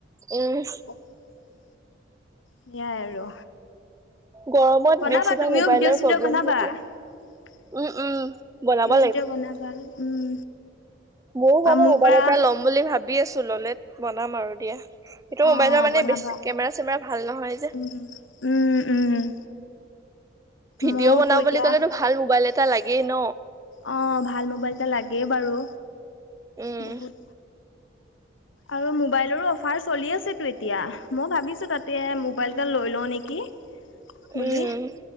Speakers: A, on the right; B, on the left.
A: এই।
B: <unintelligible> সেয়াই আৰু,
A: গৰমত
B: বনাবা
A: বেছিভাগ
B: তুমিও
A: মোবাইলৰ
B: ভিডিঅ-চিডিঅ'
A: প্ৰব্লেম
B: বনাবা।
A: থাকে
B: ভিডিঅ'-চিডিঅ'
A: উম উম বনাব
B: বনাবা, উম।
A: মইও
B: বা
A: মানে
B: মোৰ
A: ম'বাইল
B: পৰা
A: এটা ল'ম বুলি ভাবি আছো, ল'লে বনাম আৰু দিয়া। এইটো
B: অ
A: মোবাইলৰ মানে
B: বনাবা
A: বেছি কেমেৰা চেমেৰা ভাল নহয় যে।
B: উম উম উম
A: ভিডিঅ'
B: ময়োতো
A: বনাও
B: এতিয়া
A: বুলি ক'লেতো ভাল মোবাইল এটা লাগেই ন।
B: অ ভাল মোবাইল এটা লাগেই বাৰু।
A: উম
B: বহুত আৰু মোবাইলৰো অ ফাৰ চলি আছেতো এতিয়া মই ভাবিছো তাতে মোবাইল এটা লৈ লওঁ নেকি। বুলি
A: উম